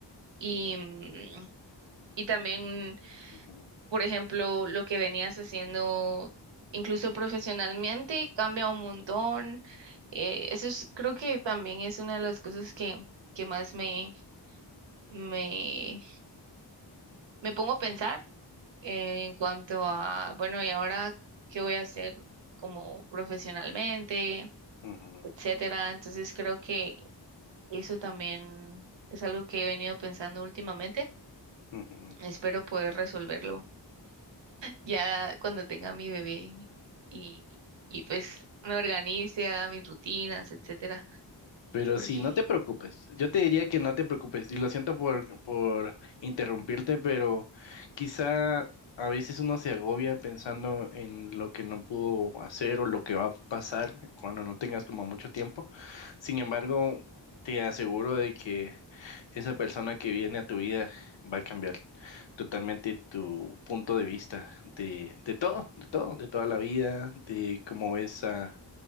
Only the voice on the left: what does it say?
ujú,
ujú,
ujú.
Pero
sí, no te preocupes. Yo te diría que no te preocupes. Y lo siento por, por interrumpirte, pero quizá a veces uno se agobia pensando en lo que no pudo hacer o lo que va a pasar cuando no tengas como mucho tiempo. Sin embargo, te aseguro de que esa persona que viene a tu vida va a cambiar totalmente tu punto de vista de, de todo, de todo, de toda la vida, de cómo ves a,